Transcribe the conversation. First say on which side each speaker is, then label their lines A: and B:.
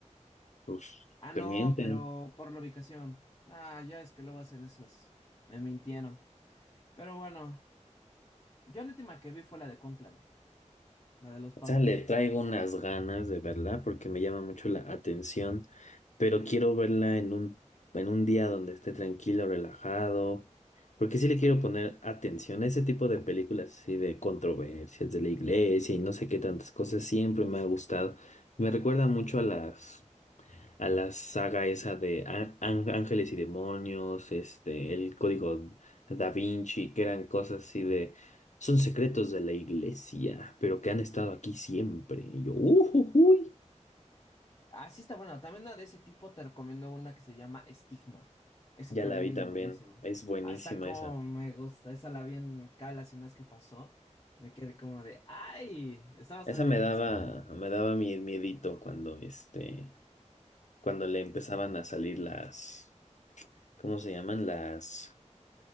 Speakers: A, on the left; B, on the left.
A: Pues
B: Ah, no,
A: te mienten.
B: pero por la ubicación. Ah, ya es que luego hacen esos. Me mintieron. Pero bueno, yo la última que vi fue la de Cónclave, la de los papas.
A: sea, le traigo unas ganas de verla porque me llama mucho la atención, pero quiero verla en un, en un día donde esté tranquilo, relajado, porque sí le quiero poner atención. Ese tipo de películas así de controversias de la iglesia y no sé qué tantas cosas siempre me ha gustado. Me recuerda mucho a las a la saga esa de á- án- Ángeles y Demonios, este, el código Da Vinci, que eran cosas así de, son secretos de la iglesia, pero que han estado aquí siempre. Y yo, uy,
B: Ah, sí está buena. También una de ese tipo te recomiendo una que se llama Estigma. Eso
A: ya
B: también
A: la vi
B: es
A: también,
B: buenísima.
A: es buenísima
B: Ah, esa como
A: esa.
B: me gusta. Esa la vi en cable hace unas que pasó. Me quedé como de, ¡ay! Está bastante
A: Esa me
B: interesante.
A: daba, me daba mi miedito cuando, este, cuando le empezaban a salir las, ¿cómo se llaman? Las...